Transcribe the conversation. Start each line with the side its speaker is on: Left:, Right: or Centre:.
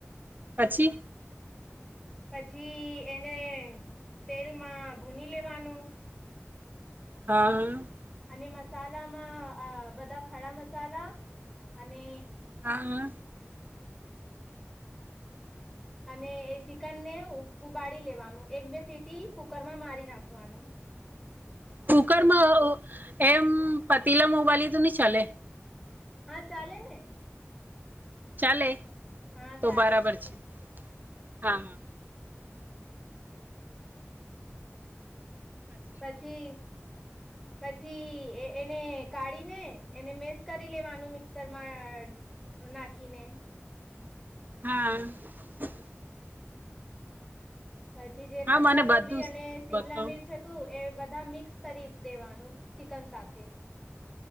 Right: પછી?
Centre: પછી એને તેલમાં ભૂની લેવાનું
Right: હા હમ,
Centre: અને મસાલામાં, આ બધા ખડા મસાલા અને
Right: હા હા,
Centre: અને એ ચિકન ને ઉબાડી લેવાનું, એક બે સીટી કુકરમાં મારી નાખવાનું
Right: કુકરમાં એમ, પતીલામાં ઉબાલી એ તો નઈ ચાલે?
Centre: હા ચાલે ને.
Right: ચાલે?
Centre: હા
Right: તો
Centre: ચાલે
Right: બરાબર છે. હા હા,
Centre: પછી પ છી એને કાઢીને એને મેસ કરી લેવાનું, મિક્સરમાં નાખીને.
Right: હાઆઆ
Centre: પછી જે
Right: હા
Centre: પત્તા
Right: મને
Centre: ગોભી
Right: બધું જ
Centre: અને શિમલા
Right: બતાવ
Centre: મિર્ચ હતું, એ બધા મિક્સ કરી દેવાનું ચિકન સાથે.